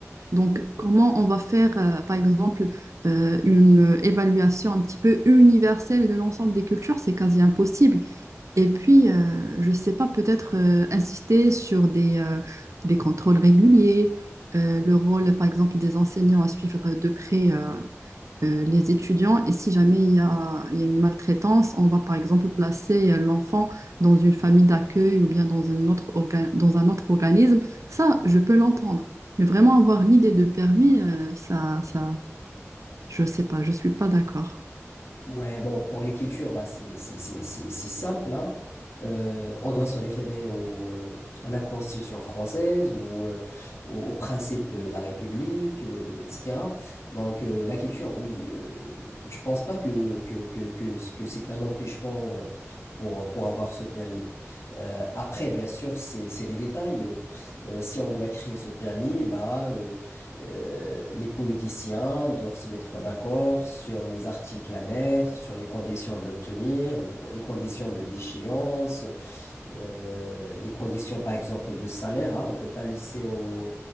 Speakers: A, on the right; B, on the left.
A: Donc, comment on va faire, euh, par exemple, euh, une évaluation un petit peu universelle de l'ensemble des cultures? C'est quasi impossible. Et puis, euh, je ne sais pas, peut-être euh, insister sur des, euh, des contrôles réguliers, euh, le rôle, par exemple, des enseignants à suivre de près. euh, euh, les étudiants. Et si jamais il y a, il y a une maltraitance, on va par exemple placer euh, l'enfant dans une famille d'accueil ou bien dans un autre orga- dans un autre organisme. Ça, je peux l'entendre. Mais vraiment avoir l'idée de permis, euh, ça, ça, je sais pas, je suis pas d'accord.
B: Ouais, bon, pour les cultures, bah, c'est c'est- c'est- c'est- c'est simple, hein. Euh, on doit se référer au, euh, à la Constitution française ou euh, au- aux principes de la République, euh, etc. Donc, euh, la culture, oui, euh, je pense pas que, que, que, que, que c'est un empêchement euh, pour, pour avoir ce permis. Euh, après, bien sûr, c'est c'est des détails. Euh, euh, si on doit créer ce permis, bah, euh, euh, les politiciens doivent se mettre en accord sur les articles à mettre, sur les conditions de l'obtenir, le co- les conditions de déchéance, euh, les conditions par exemple de salaire. hein. on ne peut pas laisser aux,